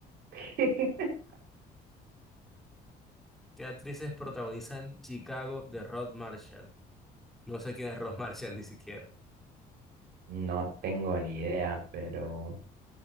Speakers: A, on the right; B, in the centre.
A: <laughs>
B: ¿Qué actrices protagonizan Chicago de Rod Marshall? No sé quién es Rod <laughs> Marshall ni siquiera.
A: No tengo ni idea, pero